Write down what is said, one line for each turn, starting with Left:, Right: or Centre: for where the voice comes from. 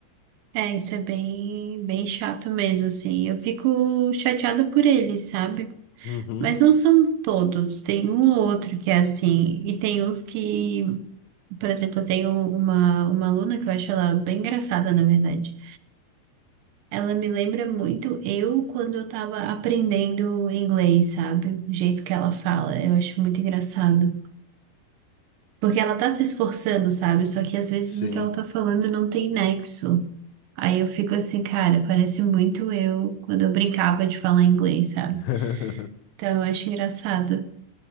Right: é, isso é bem, bem chato mesmo, assim. Eu fico chateada por eles, sabe?
Left: Uhum,
Right: Mas não são todos, tem um ou outro que é assim, e tem uns que, por exemplo, eu tenho uma, uma aluna que eu acho ela bem engraçada, na verdade. Ela me lembra muito eu quando eu tava aprendendo inglês, sabe? O jeito que ela fala, eu acho muito engraçado. Porque ela tá se esforçando, sabe? Só que às vezes
Left: sim.
Right: o que ela tá falando não tem nexo. Aí eu fico assim, cara, parece muito eu quando eu brincava de falar inglês, sabe?
Left: <laughs>
Right: Então eu acho engraçado.